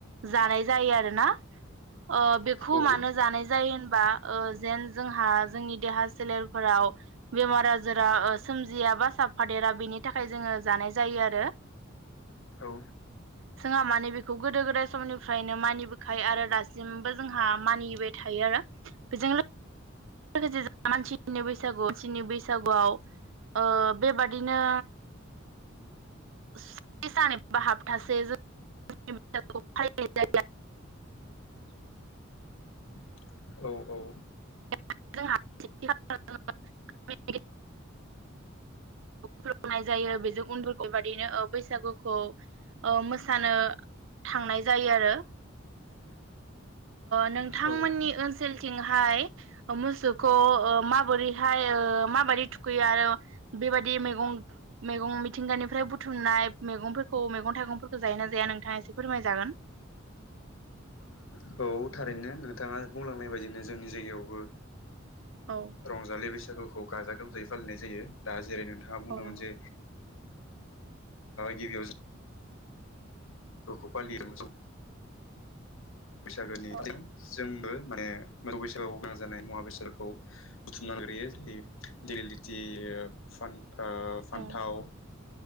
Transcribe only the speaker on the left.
<inaudible>
औ
औ।
<inaudible> औ औ।
<inaudible>
औ
<unintelligible> औ थारैनो नोंथाङा बुंलांनाय बायदिनो जोंनि जायगायावबो
रंजालि बैसागुखौ गाजा गोमजायै फालिनाय जायो दा जेरै नोंथाङा बुंदोंमोन
जे गिबियाव गखौ फालियो बैसागोनिथिं
जोंबो माने बैसागाव गोनां जानाय मुवा बेसादखौ बुथुमना नाग्रोयो जेरै लिलिटि फान्थाव